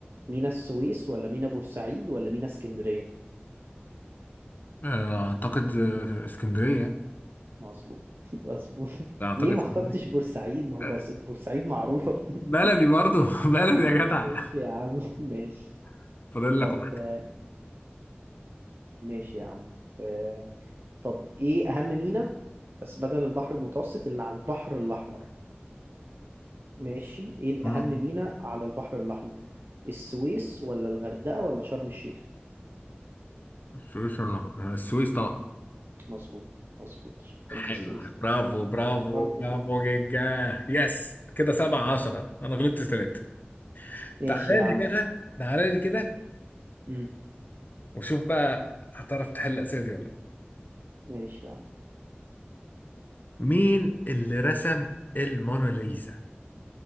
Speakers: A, on the right; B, on the left.
A: مينا السويس ولا مينا بورسعيد ولا مينا اسكندرية
B: آه، أعتقد آه، اسكندرية
A: مظبوط <laughs> مظبوط
B: لا أعتقد
A: ليه
B: اسكندرية
A: ما اخترتش بورسعيد ما هو
B: آه،
A: برس- بورسعيد معروفة <laughs>
B: بلدي برضو <laughs> بلدي يا جدع
A: ماشي يا عم ماشي
B: <laughs> فاضل
A: طب
B: لك واحد
A: آه، ماشي يا عم آه، طب ايه اهم ميناء بس بدل البحر المتوسط اللي على البحر الاحمر ماشي ايه الاهم
B: آه،
A: ميناء على البحر الاحمر السويس ولا الغردقة ولا شرم الشيخ
B: السويس ولا السويس طبعا
A: مظبوط مظبوط عشان كنت
B: حلو
A: السويس طبعا
B: برافو برافو
A: ده كان برضو
B: برافو جيجا يس كده سبعة عشرة انا غلطت ثلاثة
A: <laughs> ماشي
B: تعالى
A: يا عم
B: لي بقى تعالى لي كده
A: مم.
B: وشوف بقى هتعرف تحل الأسئلة دي ولا لا
A: ماشي يا عم
B: مين اللي رسم الموناليزا؟